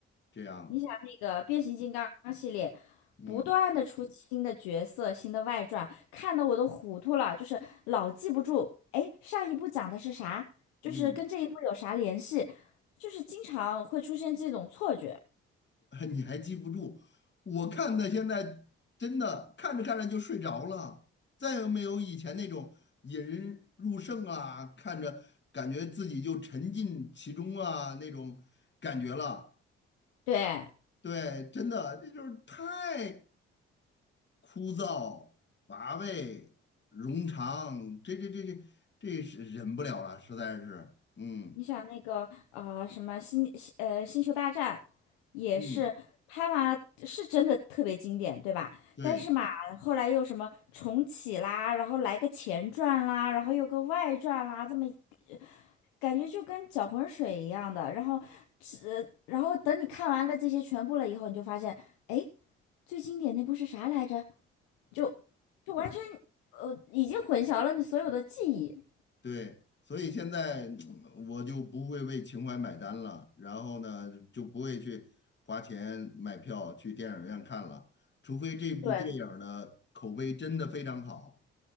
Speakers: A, on the left; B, on the left.
A: 这样，
B: 你想那个变形金刚系列，
A: 嗯
B: 不断的出新的角色、新的外传，看得我都糊涂了，就是老记不住，哎，上一部讲的是啥，就是跟这一部有啥联系，
A: 嗯，
B: 就是经常会出现这种错觉。
A: <laughs> 你还记不住？我看的现在真的看着看着就睡着了，再也没有以前那种引人入胜啊，看着感觉自己就沉浸其中啊那种感觉了。
B: 对，
A: 对，真的，这就是太枯燥、乏味、冗长，这这这这这是忍不了了，实在是，嗯。
B: 你想那个呃什么星星呃星球大战，也是拍完是真的特别经典，
A: 嗯，
B: 对吧？
A: 对
B: 但是嘛，后来又什么重启啦，然后来个前传啦，然后又个外传啦，这么一呃感觉就跟搅浑水一样的。然后只然后等你看完了这些全部了以后，你就发现，哎，最经典那部是啥来着？就就完全呃已经混淆了你所有的记忆。
A: 对，所以现在嗯我就不会为情怀买单了，然后呢，就不会去花钱买票去电影院看了，除非这部电影儿呢口碑真的非常好，
B: 对。